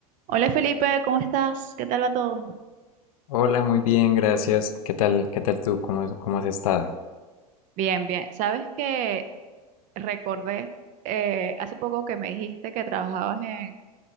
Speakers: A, on the right; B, on the left.
A: Hola Felipe, ¿cómo estás? ¿Qué tal va todo?
B: Hola, muy bien, gracias. ¿Qué tal? ¿Qué tal tú? ¿Cómo, cómo has estado?
A: Bien, bien. Sabes que recordé eh, hace poco que me dijiste que trabajabas en,